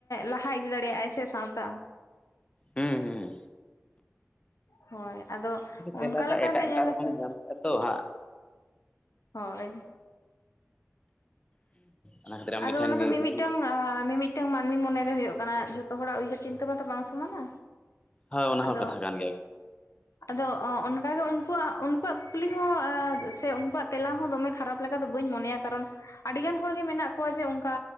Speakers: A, on the left; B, on the left.
A: ᱞᱟᱦᱟ ᱤᱫᱤ ᱫᱟᱲᱮᱭᱟᱜᱼᱟᱭ ᱥᱮ ᱥᱟᱶᱛᱟ
B: ᱦᱮᱸ ᱦᱮᱸ
A: ᱦᱳᱭ ᱟᱫᱚ ᱚᱱᱠᱟ
B: ᱛᱮᱞᱟᱴᱟᱜ
A: ᱞᱮᱠᱟᱛᱮ
B: ᱮᱴᱟᱜ
A: ᱧᱮᱞ
B: ᱮᱴᱟᱜ
A: ᱞᱮᱠᱷᱟᱱ
B: ᱨᱚᱠᱚᱢ ᱧᱟᱢ ᱠᱮᱫᱼᱟ ᱛᱚ ᱦᱟᱸᱜ
A: ᱦᱳᱭ
B: ᱚᱱᱟ ᱠᱷᱟᱹᱛᱤᱨ ᱟᱢᱜᱮ
A: ᱟᱫᱚ
B: ᱴᱷᱮᱱ
A: ᱚᱱᱟ ᱫᱚ
B: ᱜᱮ
A: ᱢᱤ-ᱢᱤᱫᱴᱟᱝ
B: ᱠᱩᱞᱤ
A: ᱢᱤ-ᱢᱤᱫᱴᱟᱝ ᱢᱤᱫᱴᱟᱝ ᱢᱟᱹᱱᱢᱤ ᱢᱚᱱᱮᱨᱮ ᱦᱩᱭᱩᱜ ᱠᱟᱱᱟ ᱡᱷᱚᱛᱚ ᱦᱚᱲᱟᱜ ᱩᱭᱦᱟᱹᱨ ᱪᱤᱱᱛᱟᱹ ᱢᱟᱛᱚ ᱵᱟᱝ ᱥᱚᱢᱟᱱᱟ
B: ᱦᱳᱭ ᱚᱱᱟ
A: ᱟᱫᱚ
B: ᱦᱚᱸ ᱠᱟᱛᱷᱟ ᱠᱟᱱ ᱜᱮᱭᱟ
A: ᱟᱫᱚ ᱚᱱᱠᱟ ᱜᱮ ᱩᱱᱠᱩᱣᱟᱜ, ᱩᱱᱠᱩᱣᱟᱜ ᱠᱩᱠᱞᱤ ᱦᱚᱸ ᱥᱮ ᱩᱱᱠᱩᱣᱟᱜ ᱛᱮᱞᱟ ᱦᱚᱸ ᱫᱚᱢᱮ ᱠᱷᱟᱨᱟᱯ ᱞᱮᱠᱟ ᱫᱚ ᱵᱟᱹᱧ ᱢᱚᱱᱮᱭᱟ ᱠᱟᱨᱚᱱ ᱟᱹᱰᱤ ᱜᱟᱱ ᱦᱚᱲᱜᱮ ᱢᱮᱱᱟᱜ ᱠᱚᱣᱟ ᱡᱮ ᱚᱱᱠᱟ